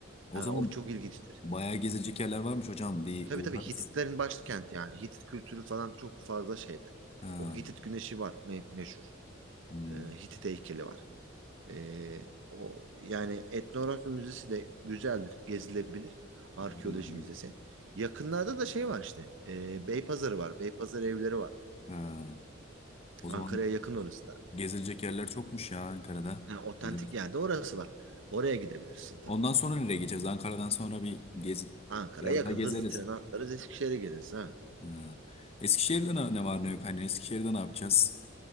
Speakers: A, on the left; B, on the right.
A: o
B: Ha,
A: zaman
B: o çok ilginçtir.
A: bayağı gezilecek yerler varmış hocam. Bir
B: Tabii
A: uğrarız.
B: tabii Hititlerin başkenti yani. Hitit kültürü falan çok fazla şeyde.
A: Ha,
B: O Hitit güneşi var me- meşhur.
A: hmm,
B: Ee, Hitit heykeli var. Ee, o yani etnografya müzesi de güzeldir, gezilebilir. Arkeoloji
A: oraları gibi.
B: müzesi. Yakınlarda da şey var işte. Ee, Beypazarı var. Beypazarı evleri var.
A: Ha, o zaman
B: Ankara'ya yakın orası da.
A: gezilecek yerler çokmuş ya Ankara'da.
B: Ha, otantik
A: Gezeriz.
B: yerde orası var. Oraya gidebilirsin tabii
A: Ondan
B: ki.
A: sonra nereye geçeceğiz? Ankara'dan sonra bir gez,
B: Ankara'ya
A: biraz
B: yakın.
A: daha gezeriz.
B: Hızlı tren atlarız Eskişehir'e geliriz ha.
A: Ha. Eskişehir'de ne, ne var ne yok? Hani Eskişehir'de ne yapacağız?